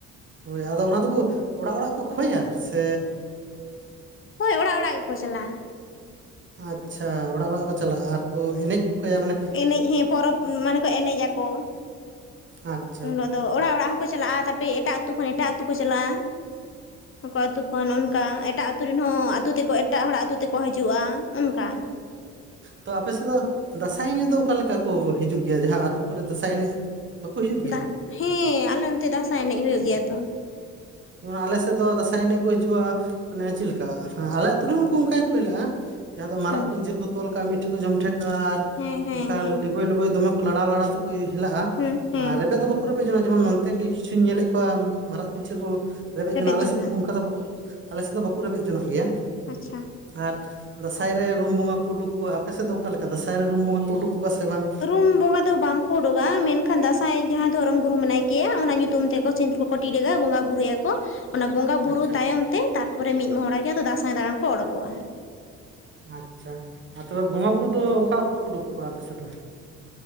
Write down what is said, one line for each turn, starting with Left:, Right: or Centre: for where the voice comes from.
Right: ᱦᱳᱭ, ᱟᱫᱚ ᱚᱱᱟ ᱫᱚᱠᱚ ᱚᱲᱟᱜ ᱚᱲᱟᱜ ᱠᱚ ᱠᱷᱚᱭᱟ ᱥᱮ
Left: ᱦᱳᱭ ᱚᱲᱟᱜ ᱚᱲᱟᱜ ᱜᱮᱠᱚ ᱪᱟᱞᱟᱜᱼᱟ ᱾
Right: ᱟᱪᱪᱷᱟ ᱚᱲᱟᱜ ᱚᱲᱟᱜ ᱠᱚ ᱪᱟᱞᱟᱜᱼᱟ ᱟᱨᱠᱚ ᱮᱱᱮᱡ ᱴᱚ ᱠᱟᱭᱟ ᱢᱟᱱᱮ
Left: ᱮᱱᱮᱡ ᱦᱮᱸ ᱯᱚᱨᱚᱵᱽ ᱢᱟᱱᱮ ᱠᱚ ᱮᱱᱮᱡ ᱟᱠᱚ ᱾
Right: ᱟᱨ ᱾
Left: ᱩᱱ ᱞᱳᱜ ᱫᱚ ᱚᱲᱟᱜ ᱚᱲᱟᱜ ᱦᱚᱸᱠᱚ ᱪᱟᱞᱟᱜᱼᱟ ᱛᱟᱨᱯᱚᱨᱮ ᱮᱴᱟᱜ ᱟᱹᱛᱩ ᱠᱷᱚᱱ ᱮᱴᱟᱜ ᱟᱹᱛᱩ ᱠᱚ ᱪᱟᱞᱟᱜᱼᱟ ᱾ ᱟᱠᱚᱭᱟᱜ ᱟᱹᱛᱩ ᱠᱷᱚᱱ ᱚᱱᱠᱟ ᱮᱴᱟᱜ ᱟᱹᱛᱩ ᱨᱮᱱ ᱦᱚᱸ ᱟᱹᱛᱩ ᱛᱮᱠᱚ ᱮᱴᱟᱜ ᱦᱚᱲᱟᱜ ᱟᱹᱛᱩ ᱛᱮᱠᱚ ᱦᱮᱡᱩᱜᱼᱟ ᱚᱝᱠᱟ ᱾ <inaudible>
Right: ᱛᱚ ᱟᱯᱮ ᱥᱮᱜ ᱫᱚ ᱫᱟᱸᱥᱟᱭ ᱮᱱᱮᱡ ᱫᱚ ᱚᱠᱟ ᱞᱮᱠᱟ ᱠᱚ ᱦᱤᱡᱩᱜ ᱜᱮᱭᱟ ᱡᱟᱦᱟᱸ ᱟᱹᱛᱩ ᱠᱚᱨᱮᱜ ᱫᱟᱸᱥᱟᱭ ᱮᱱᱮᱡ? ᱵᱟᱠᱚ ᱦᱤᱡᱩᱜ ᱜᱮᱭᱟ
Left: ᱫᱟᱜ ᱦᱮᱸ ᱟᱞᱮ ᱚᱱᱛᱮ ᱫᱟᱸᱥᱟᱭ ᱮᱱᱮᱡ ᱦᱩᱭᱩᱜ ᱜᱮᱭᱟ ᱛᱚ ᱾
Right: ᱡᱮᱢᱚᱱ ᱟᱞᱮ ᱥᱮᱜ ᱫᱚ ᱫᱟᱸᱥᱟᱭ ᱮᱱᱮᱡ ᱠᱚ ᱦᱤᱡᱩᱜᱼᱟ ᱾ ᱢᱟᱱᱮ ᱪᱤᱱ ᱞᱮᱠᱟ, ᱟᱞᱮ ᱟᱹᱛᱩ ᱨᱮᱦᱚᱸ ᱩᱝᱠᱩ ᱚᱝᱠᱟ ᱜᱮᱠᱚ ᱦᱮᱞᱟᱜ-ᱟ᱾ ᱡᱟᱦᱟᱸ ᱫᱚ ᱢᱟᱨᱟᱜ
Left: ᱦᱮᱸ
Right: ᱯᱤᱧᱪᱟᱹᱨ ᱠᱚ ᱛᱚᱞ ᱠᱟᱜ-ᱟ, ᱢᱤᱜᱴᱷᱮᱱ ᱠᱚ ᱡᱚᱢᱴᱷᱮ ᱠᱟᱜ-ᱟ ᱟᱨ
Left: ᱦᱮᱸ ᱦᱮᱸ
Right: ᱚᱝᱠᱟ
Left: ᱦᱮᱸ
Right: ᱞᱤᱵᱚᱭ ᱞᱚᱵᱚᱭ ᱫᱚᱢᱮ ᱠᱚ ᱞᱟᱲᱟᱣ ᱞᱟᱲᱟᱣ ᱛᱮᱠᱚ ᱠᱩ ᱦᱮᱞᱟᱜ-ᱟ,
Left: ᱦᱮᱸ ᱦᱮᱸ
Right: ᱟᱨ ᱨᱮᱵᱮᱫ ᱫᱚ ᱵᱟᱠᱩ ᱨᱮᱵᱮᱡ ᱡᱚᱱᱟᱜ-ᱟ, ᱡᱮᱢᱚᱱ ᱱᱚᱱᱛᱮ ᱠᱤ ᱠᱤᱪᱷᱩᱧ ᱧᱮᱞᱮᱜ ᱠᱚᱣᱟ ᱢᱟᱨᱟᱜ ᱯᱤᱧᱪᱟᱹᱨ ᱦᱩ ᱨᱮᱵᱮᱜ
Left: ᱨᱮᱵᱮᱫ
Right: ᱡᱚᱱᱟᱜ ᱟᱞᱮ
Left: ᱡᱚᱝᱟ
Right: ᱥᱮᱫᱷ ᱫᱚ ᱚᱝᱠᱟ ᱫᱚ ᱵᱟᱠᱚ ᱟᱞᱮ ᱥᱮᱫ ᱫᱚ ᱵᱟᱠᱚ ᱨᱮᱵᱮᱜ ᱡᱚᱱᱟᱜ ᱜᱮᱭᱟ᱾
Left: ᱟᱪᱪᱷᱟ᱾
Right: ᱟᱨ ᱫᱟᱸᱥᱟᱭ ᱨᱮ ᱨᱩᱢ ᱵᱚᱸᱜᱟ ᱠᱚ ᱩᱰᱩᱠ ᱠᱚᱣᱟ, ᱟᱯᱮ ᱥᱮᱜ ᱫᱚ ᱚᱠᱟᱮᱠᱟ ᱫᱟᱸᱥᱟᱭ ᱨᱮ ᱨᱩᱢ ᱵᱚᱸᱜᱟ ᱠᱚ ᱩᱰᱩᱠ ᱠᱚᱣᱟ ᱥᱮ ᱵᱟᱝ?
Left: ᱨᱩᱢ ᱵᱚᱸᱜᱟ ᱫᱚ ᱵᱟᱝᱠᱚ ᱳᱰᱳᱜᱟ, ᱢᱮᱱᱠᱷᱟᱱ ᱫᱟᱥᱟᱸᱭ ᱡᱟᱦᱟᱸ ᱫᱷᱚᱨᱚᱢ ᱜᱩᱨᱩ ᱢᱮᱱᱟᱭ ᱠᱮᱭᱟ ᱚᱱᱟ ᱧᱩᱛᱩᱢ ᱛᱮ ᱥᱤᱸᱫᱩᱨ ᱠᱚᱠᱚ ᱴᱤᱰᱟᱹᱜᱟ ᱵᱚᱸᱜᱟ ᱵᱩᱨᱩᱭᱟᱠᱚ, ᱚᱱᱟ ᱵᱚᱸᱜᱟ ᱵᱩᱨᱩ
Right: ᱟᱪᱪᱷᱟ
Left: ᱛᱟᱭᱚᱢ ᱛᱮ ᱛᱟᱨ ᱯᱚᱨᱮ ᱢᱤᱜ ᱢᱚᱦᱚᱲᱟᱭ ᱜᱮ ᱟᱫᱚ ᱫᱟᱸᱥᱟᱭ ᱫᱟᱬᱟᱱ ᱠᱚ ᱚᱰᱚᱠᱚᱜ-ᱟ᱾
Right: ᱟᱪᱪᱷᱟ, ᱟᱨ ᱛᱚᱵᱮ ᱵᱚᱸᱜᱟ ᱵᱩᱨᱩ ᱫᱚ ᱚᱠᱟ ᱚᱠᱛᱚ ᱠᱚ ᱩᱰᱩᱠ ᱠᱚᱣᱟ ᱟᱯᱮ ᱥᱮᱫ ᱫᱚ?